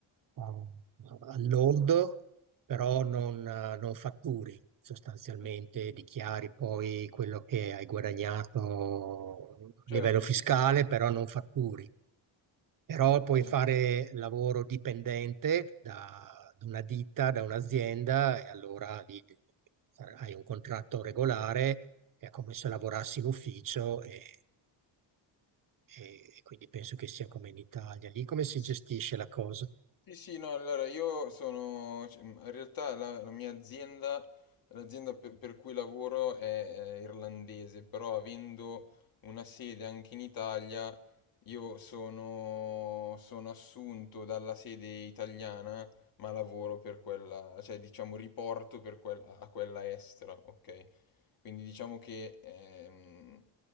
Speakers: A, on the right; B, on the left.
A: eh, al lordo, però
B: Mhm,
A: non, eh, non fatturi sostanzialmente,
B: ok.
A: dichiari poi quello che hai guadagnato a
B: Certo,
A: livello fiscale,
B: sì, sì.
A: però non fatturi. Però
B: Ok.
A: puoi fare lavoro dipendente da, da una ditta, da un'azienda, e allora lì hai un contratto regolare, è come se lavorassi in ufficio e, e quindi penso che sia come in Italia. Lì come si
B: Sì,
A: gestisce la cosa?
B: Sì, sì, no, allora io sono, cioè, in realtà la, la mia azienda, l'azienda per, per cui lavoro è, è irlandese, però avendo una sede anche in Italia, io sono, sono assunto dalla sede italiana, ma lavoro per quella, cioè diciamo riporto per quella, a quella estera, ok? Quindi diciamo che ehm,